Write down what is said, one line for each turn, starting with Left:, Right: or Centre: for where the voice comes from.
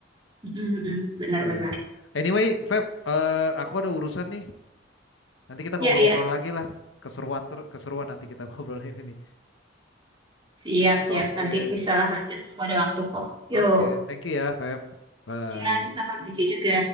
Right: Mm-mm. Benar-benar.
Left: Iya. Anyway, Feb, eh, aku ada urusan nih. Nanti kita ngobrol-ngobrol
Right: Ya iya
Left: lagi lah. Keseruan ter keseruan nanti kita <laughs> ngobrolin ini.
Right: siap-siap
Left: Oke,
Right: nanti bisa lah lanjut. Aku ada waktu kok. Yuk.
Left: oke. Thank you ya, Feb. Bye.
Right: Ya sama thank you juga.